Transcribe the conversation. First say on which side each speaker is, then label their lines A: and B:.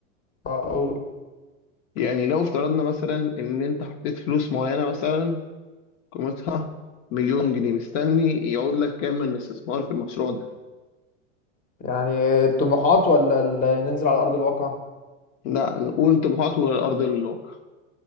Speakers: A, on the left (about 20°); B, on the left (about 65°).
A: أقول
B: يعني لو افترضنا مثلا إن أنت حطيت فلوس معينة مثلا قيمتها مليون جنيه مستني يعود لك كام من الاستثمار في المشروع ده؟
A: يعني الطموحات ولا ال- ننزل على أرض الواقع
B: لا نقول طموحات والأرض الواقع